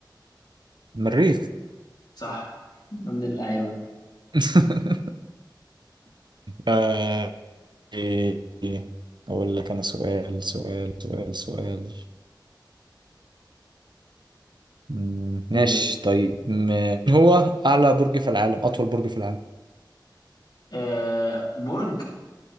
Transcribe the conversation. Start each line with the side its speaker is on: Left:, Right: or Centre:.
Right: مريخ
Left: صح من اللعيبه
Right: <laughs> آه، إيه- إيه. أقول لك أنا سؤال سؤال سؤال سؤال مم، ماشي
Left: قول يا باشا
Right: طيب م- مين هو أعلى برج في العالم أطول برج في
Left: آه برج